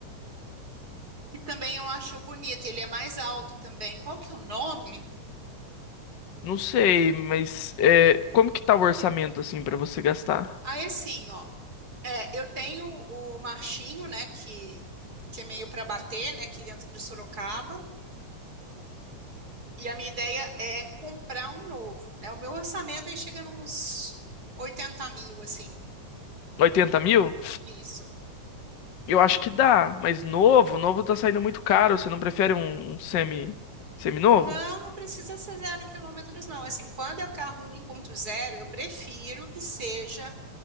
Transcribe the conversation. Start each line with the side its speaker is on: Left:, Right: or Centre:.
Right: que também eu acho bonito, ele é mais alto também. Qual que é o nome?
Left: Não sei, mas é, como que tá o orçamento assim pra você gastar?
Right: Aí assim, ó, é, eu tenho o Marchinho, né, que, que é meio para bater, né, aqui dentro de Sorocaba, e a minha ideia é comprar um novo, né? O meu orçamento aí chega nos 80 mil, assim,
Left: 80 mil?
Right: isso.
Left: Eu acho que dá, mas novo, novo tá saindo muito caro. Você não prefere um, um semi, semi-novo?
Right: Não, não precisa ser zero quilômetros, não. Assim, quando é o carro 1.0, eu prefiro que seja